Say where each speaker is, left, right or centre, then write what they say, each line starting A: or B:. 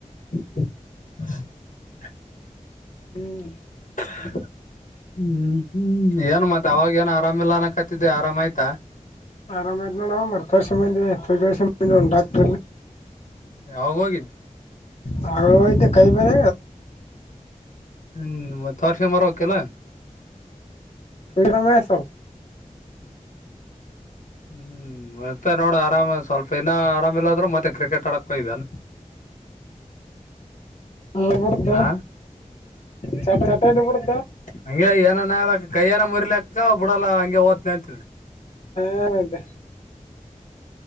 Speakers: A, on the left; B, on the left.
A: <unintelligible>
B: ಹ್ಮ್
A: <unintelligible> ಹ್ಮ್ ಹ್ಮ್ ಏನ್ ಮತ್ತೆ ಅವಾಗ ಏನು ಆರಾಮಿಲ್ಲ ಅನ ಕತ್ತಿದ್ದೆ ಆರಾಮ ಆಯ್ತಾ
B: ಆರಾಮನ ಮರು ವರ್ಷ ಮ ಎ ವರ್ಷ ಉಾಕ್ತ
A: ಯಾವಾಗ ಹೋಗಿದ್ದ
B: ಹ ತ ಕೈ ಬಾರ
A: ಹ್ಮ್ ಮತ್ತ ವರ್ಷ ಮರಕ್ಕೆಲ್ಲ..
B: ತುಂಬಿ ನಾಮೇ ಸೊ..
A: ಹ್ಮ್ ಮತ್ತೆ ನೋಡಿ ಆರಾಮ ಸ್ವಲ್ಪ ಇನ್ನೂ ಆರಾಮ ಇಿಲ್ಲದ್ರು ಮತ್ತೆ ಕ್ರಿಕೆಟ್ ಆಡಕ್ ಹಯ್ದಾನ..
B: ಹ ಬಡ್ತ
A: ಆ
B: ಚ ಚ ಇ ಬಡ್..
A: ಹಂಗೆ ಏನನ ಕೈಯ್ಯಏನ ಮುರ್ಲಿಕ್ಕ ಬಿಡಲ್ಲ ಹಂಗೆ ಓದ್ನ ಅಂತದ..
B: ಹಾ ಆ್ದ.